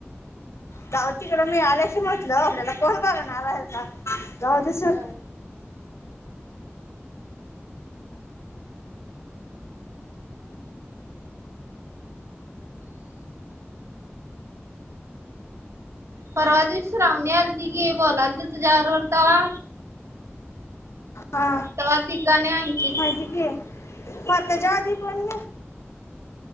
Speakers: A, on the left; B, on the right.
A: जाऊदे तिकडं मीळाल्याशी मतलब, आपल्याला कोण बघणार आहे जाऊदे सोड
B: होय परवा दिवशी श्रावणी आलती की बोललती तुझ्याबरोबर तवा
A: हा
B: तर तिकाणी आहे.
A: माहिती की परताच्या आधी पण.